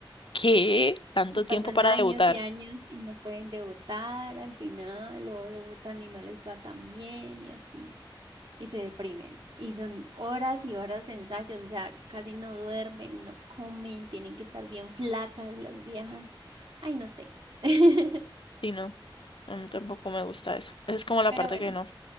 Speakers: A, on the left; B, on the right.
A: ¿qué? ¿Tanto
B: Y pasan
A: tiempo para
B: años
A: debutar?
B: y años y no pueden debutar al final o debutan y no les va tan bien y así. y se deprimen. Y son horas y horas de ensayos, o sea, casi no duermen, no comen, tienen que estar bien flacas las viejas. Ay, no sé. <laughs>
A: Sí, no, a mí tampoco me gusta eso. Esa es como la
B: Pero
A: parte
B: bueno,
A: que no.